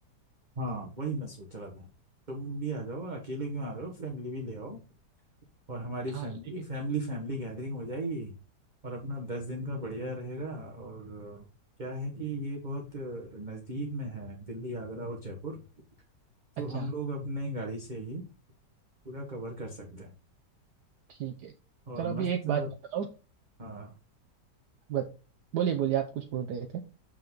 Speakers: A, on the right; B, on the right.
A: हाँ वही मैं सोच रहा था तुम भी आ जाओ और अकेले क्यों आ रहे हो फैमिली भी ले आओ और हमारी
B: हाँ
A: फैमिली
B: ठीक है
A: फैमिली फैमिली गैदरिंग हो जाएगी और अपना दस दिन का बढ़िया रहेगा और अ, क्या है कि ये बहुत अ, नज़दीक में है दिल्ली आगरा और जयपुर तो
B: अच्छा
A: हम लोग अपने गाड़ी से ही पूरा कवर कर सकते हैं
B: ठीक है
A: और
B: चलो अभी
A: मस्त
B: एक बात बताओ
A: हाँ
B: बत, बोलिए बोलिए आप कुछ बोल रहे थे